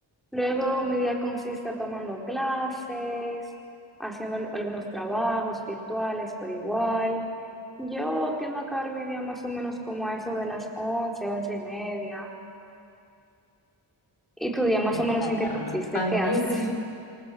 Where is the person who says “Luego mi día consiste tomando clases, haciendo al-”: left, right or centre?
Centre